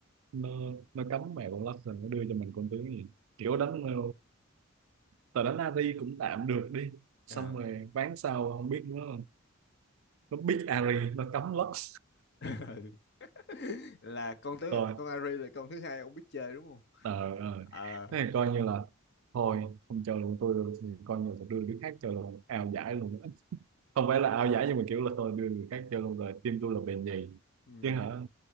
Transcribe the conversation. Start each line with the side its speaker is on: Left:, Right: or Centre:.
Right: nó nó cấm mẹ con lắc rồi nó đưa cho mình con tướng gì kiểu đánh ờ, tờ đánh AV cũng tạm được đi xong
Left: Ờ.
Right: rồi ván sau không biết nó nó biết Ari nó cấm Lux
Left: <laughs> Ừ. là con tướng
Right: rồi
Left: con Ari là con thứ hai ông biết chơi đúng không?
Right: <laughs> ờ ờ
Left: Ờ
Right: thế thì coi như là thôi không chơi luôn tôi coi như là tôi đưa đứa khác chơi luôn ào giải luôn không phải là ao giải nhưng mà kiểu là tôi đưa người khác vô luôn rồi team tôi là bền nhì
Left: Ừ.
Right: chứ hả